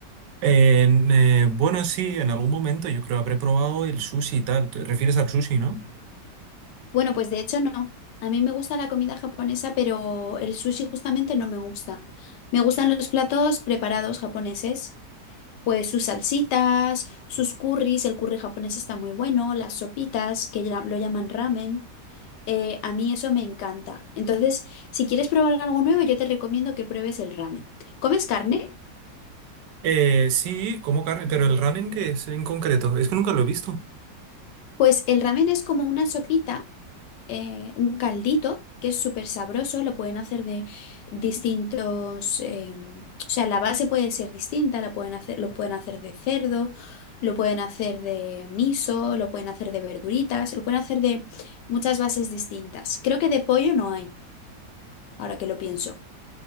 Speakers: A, on the right; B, on the left.
A: En, eh, bueno, sí, en algún momento yo creo habré probado el sushi y tal. ¿Te refieres al sushi, no?
B: Bueno, pues de hecho no. A mí me gusta la comida japonesa, pero el sushi justamente no me gusta. Me gustan los platos preparados japoneses, pues sus salsitas, sus curries, el curry japonés está muy bueno, las sopitas, que ya- lo llaman ramen. Eh, a mí eso me encanta. Entonces, si quieres probar algo nuevo, yo te recomiendo que pruebes el ramen. ¿Comes carne?
A: Eh, sí, como carne, pero el ramen que es en concreto, es que nunca lo he visto.
B: Pues el ramen es como una sopita eh, un caldito que es súper sabroso, lo pueden hacer de distintos, eh, o sea, la base puede ser distinta, la pueden hacer, lo pueden hacer de cerdo, lo pueden hacer de miso, lo pueden hacer de verduritas, lo pueden hacer de muchas bases distintas. Creo que de pollo no hay, ahora que lo pienso.